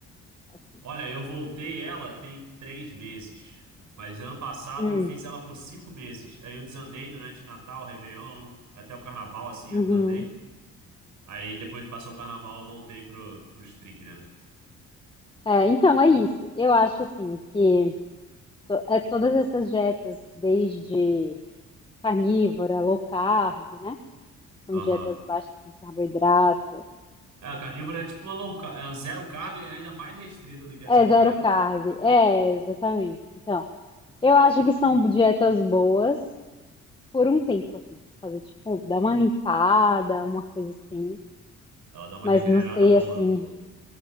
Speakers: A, on the left (about 15°); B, on the right (about 70°).
A: assim?
B: Olha, eu voltei ela tem três meses, mas ano passado
A: Hum,
B: eu fiz ela por cinco meses. Aí eu desandei durante Natal, Réveillon, até o Carnaval, assim,
A: uhum.
B: eu desandei. Aí depois passou o Carnaval, eu voltei pro, pro strict né?
A: É, então, é isso. Eu acho assim que. to- é todas essas dietas, desde carnívora, low carb, né? São
B: Aham.
A: dietas baixas em carboidrato.
B: É, a carnívora é tipo uma low carb, é uma zero carb, é ainda mais restrita do que a
A: É,
B: zero
A: zero
B: carb.
A: carb. É, exatamente. Então, eu acho que são dietas boas por um tempo, assim. Fazer, tipo, dar uma limpada, uma coisa assim.
B: Ela dá uma
A: Mas
B: regenerada
A: não sei,
B: boa
A: assim,
B: no corpo.